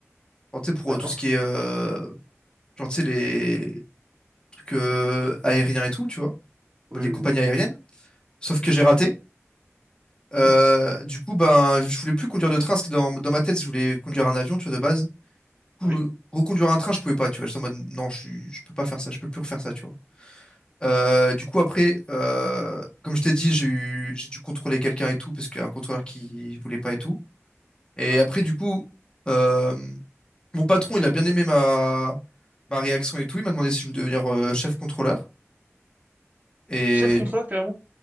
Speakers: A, on the left (about 20°); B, on the right (about 35°).
A: Alors, tu sais, pour
B: D'accord.
A: euh, tout ce qui est, euh, genre, tu sais, les trucs euh, aériens et tout, tu vois,
B: Oui,
A: les
B: oui,
A: compagnies aériennes. Sauf que j'ai raté. Euh,
B: oui.
A: du coup, ben, je voulais plus conduire de train, parce que dans, dans ma tête, je voulais conduire un avion, tu vois, de base. coup,
B: <coughs> Oui.
A: euh, reconduire un train, je pouvais pas, tu vois. J'étais en mode, non, je suis, je peux pas faire ça, je peux plus refaire ça, tu vois. Euh, du coup, après, euh, comme je t'ai dit, j'ai eu, j'ai dû contrôler quelqu'un et tout, parce qu'il y a un contrôleur qui voulait pas et tout. Et
B: Ouais.
A: après, du coup, euh, mon patron, il a bien aimé ma, ma réaction et tout. Il m'a demandé si je voulais devenir euh, chef contrôleur. Et
B: Chef contrôleur,
A: du-
B: carrément?